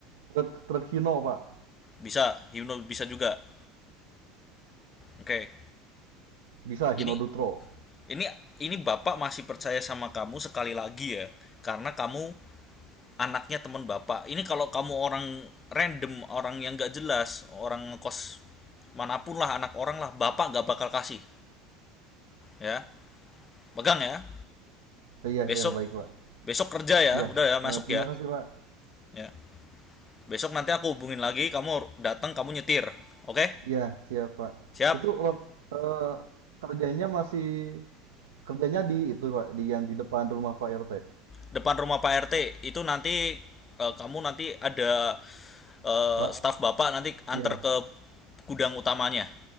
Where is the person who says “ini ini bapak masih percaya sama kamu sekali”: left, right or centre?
Left